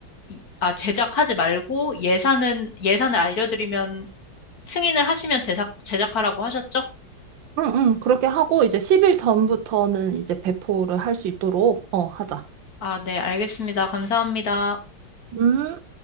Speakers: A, on the left; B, on the right.
A: 이- 아, 제작하지 말고 예산은 예산을 알려드리면 승인을 하시면 제작 제작하라고 하셨죠?
B: 응, 응, 그렇게 하고 이제 10일 전부터는 이제 배포를 할 수 있도록 어, 하자.
A: 아, 네, 알겠습니다. 감사합니다.
B: 음.